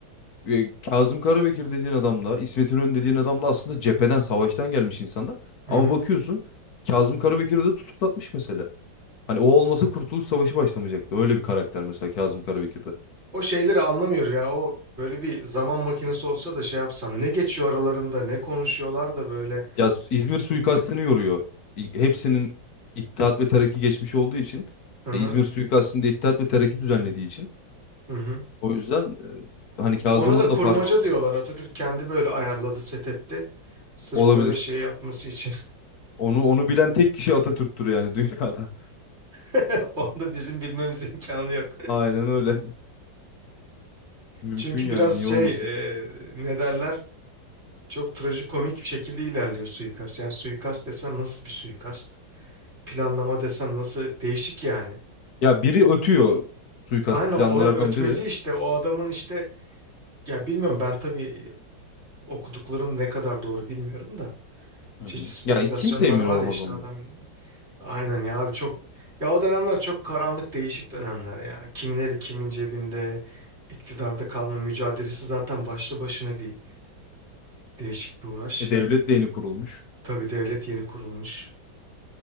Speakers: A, on the left; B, on the right.
A: e, Kazım Karabekir dediğin adam da İsmet İnönü dediğin adam da aslında cepheden savaştan gelmiş insanlar.
B: Hı
A: Ama
B: hı.
A: bakıyorsun Kazım Karabekir'i de tutuklatmış mesela. Hani o olmasa Kurtuluş Savaşı başlamayacaktı. Öyle bir karakter mesela Kazım Karabekir de.
B: O şeyleri anlamıyor ya. O böyle bir zaman makinesi olsa da şey yapsam. Ne geçiyor aralarında, ne konuşuyorlar da böyle.
A: Ya Su- İzmir suikastını yoruyor. İ- Hepsinin İttihat ve Terakki geçmiş olduğu için
B: Hı hı,
A: e, İzmir suikastinde İttihat ve Terakki düzenlediği için
B: hı hı.
A: o yüzden e, hani Kazım'ın
B: Ona da kurmaca
A: da parmağı var.
B: diyorlar. Atatürk kendi böyle ayarladı, set etti. Sırf
A: Olabilir.
B: böyle şey yapması için.
A: Onu onu bilen tek kişi Atatürk'tür yani dünyada.
B: <laughs> Onu da bizim bilmemiz imkanı yok.
A: <laughs> Aynen öyle. Mümkün
B: Çünkü
A: yani
B: biraz
A: niye
B: şey,
A: olmasın.
B: e, ne derler? Çok trajikomik bir şekilde ilerliyor suikast. Yani suikast desen nasıl bir suikast? Planlama desen nasıl? Değişik yani.
A: Ya biri ötüyor suikasti
B: Aynen
A: planlayanlardan
B: onun ötmesi
A: biri.
B: işte o adamın işte ya bilmiyorum ben tabii okuduklarım ne kadar doğru bilmiyorum da
A: Hı
B: çeşitli
A: hı.
B: spekülasyonlar
A: Ya kimse emin
B: var
A: olamaz
B: ya işte
A: ondan.
B: adam gibi. Aynen ya abi çok ya o dönemler çok karanlık değişik dönemler ya. Kimin eli kimin cebinde iktidarda kalma mücadelesi zaten başlı başına bir değişik bir uğraş.
A: E devlet de yeni kurulmuş.
B: Tabii devlet yeni kurulmuş.